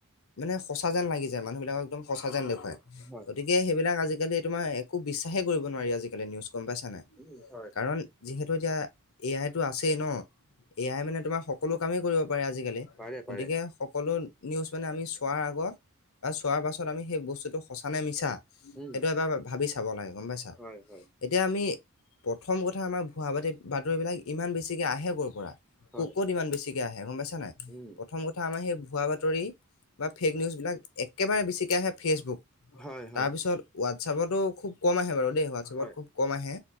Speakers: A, on the left; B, in the centre.
A: মানে সঁচা যেন লাগি যায়। মানুহবিলাকক একদম সঁচা যেন দেখুৱায়।
B: হয়
A: গতিকে সেইবিলাক আজিকালি তোমাৰ একো বিশ্বাসে কৰিব নোৱাৰি। আজিকালি নিউজ গম পাইছ নাই।
B: উম হয়।
A: কাৰণ যিহেতু এতিয়া এ আইটো আছেই ন এ আই মানে তোমাৰ স চব কামেই কৰিব পাৰে আজিকালি।
B: পাৰে
A: গতিকে
B: পাৰে
A: সকলো নিউজ মানে আমি চোৱাৰ আগত বা চোৱাৰ পাছত আমি সেই বস্তুটো সঁচানে মিছা
B: উম
A: সেইটো এবাৰ ভা ভাবি চাব লাগে গম পাইছা।
B: হয় হয়
A: এতিয়া আমি প্ৰথম কথা আমাৰ ভুৱা বতি বাতৰিবিলাক ইমান বেছিকে আহে ক'ৰ পৰা।
B: হয়
A: ক ক'ত ইমান বেছিকে আহে গম পাইছা নাই।
B: উম
A: প্ৰথম কথা আমাৰ সেই ভোৱা বাতৰি বা ফেক নিউজবিলাক একেবাৰে বেছিকৈ আহে ফেচবুক।
B: হয় হয়
A: তাৰপিছত হোৱাটছআপতো খুব কম আহে বাৰু দেই হোৱাটছআপত
B: হয়
A: খুব কম আহে।